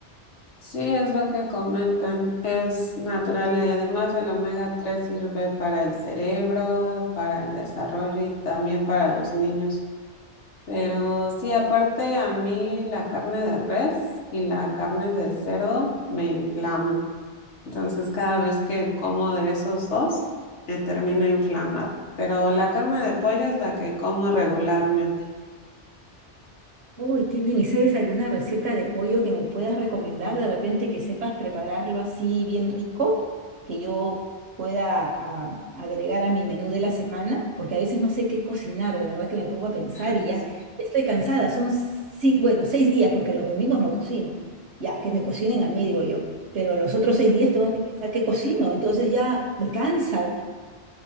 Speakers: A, on the left (about 80°); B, on the right (about 75°).
A: Sí, es lo que comentan, es natural y además el omega 3 sirve para el cerebro, para el desarrollo y también para los niños. Pero sí, aparte a mí la carne de res y la carne de cerdo me inflaman. Entonces cada vez que como de esos dos, eh, termino inflamada. Pero la carne de pollo es la que como regularmente.
B: Uy, qué bien. ¿Y sabes alguna receta de pollo que me puedas recomendar de repente que sepas prepararlo así bien rico, que yo pueda ah, agregar a mi menú de la semana? Porque a veces no sé qué cocinar, de verdad que me pongo a pensar
A: <laughs>
B: y ya estoy cansada. Son, sí, bueno, seis días porque los domingos no cocino. Ya, que me cocinen a mí, digo yo. Pero los otros seis días tengo que pensar qué cocino. Entonces ya me cansa,